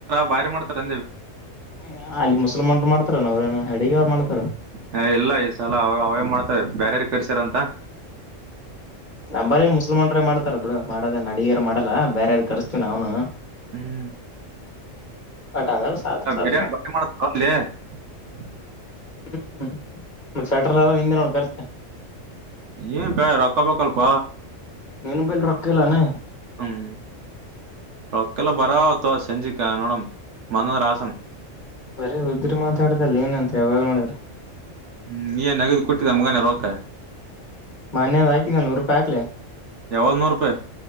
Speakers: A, on the right; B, on the left.
A: ಬಾಯರ್ ಮಾಡ್ತಾರೆ
B: ಹ ಅಲ್ಲಿ ಮುಸ್ಲ್ಮನ್ರು ಮಾಡ್ತಾರ ಅವ್್ರೇನ ಅಡಗ ಅವ್ ಮಾಡ್ತಾರ <unintelligible>
A: ಹ ಇಲ್ಲ ಈ ಸಲ ಅವ ಅವೇ ಮಾಡ್ತವೆ ಬೇರಾರ ಕರ್ತಾರಂತ
B: ಅಂಬಾರಿ ಮುಸಲ್ಮಾರೇ ಮಾಡ್ತಾರಬ್ಬಳು ಮಾಡದ ನಡಗರು ಮಾಡಲ್ಲ ಬೇ ಯಾರ ಕರ್ಸ್ತೀ ನಾವನು
A: ಹ್ಮ್
B: ಬಟ್ ಅದ್ರ ಸಾತ್ ಸಾಲ
A: ಇಲ್ಲ ಮ ಬ ಮಾಡ <unintelligible>
B: ಹ್ಮ್ ಮತ್ತ ಸೆಟ್ರಲ್ಲ ಹಿಂದೆ ನೋಡ್ ಖರ್ಚು
A: ಏನ್ ಬ ರೊಕ್ಕಬೇಕಲ್ಪ
B: ನಿನ್ನ ಬಲ್ಲಿ ರೊಕ್ಕಲ್ಲಾನ
A: ಹ್ಮ್ ರೊಕ್ಕಲ್ಲ ಬರವಾ ಆವಾ ಸಂಜಿಕನ್ನೋಡ ಮನ ರಸಂ
B: ಬರೇ ಉದಗ್ರಿ ಮಾತಾಡದಲ್ಲ ಏನಂತ ಯಾವಾಗ ಮಾಡೋಡಿದ್ರ <unintelligible>
A: ಹ್ಮ್ ನೀನ್ ನಗದಿ ಕೋಟ್ಟೆದ ಮಗಾನ ರೋಕ
B: ಮನ್ಯದ ಹಾಕಿದ್ದ ನೂರು ರೂಪಾಯಿ ಹಾಕ್ಲೆ
A: ಯಾವಾಗ್ ನೂರು ರೂಪಾಯಿ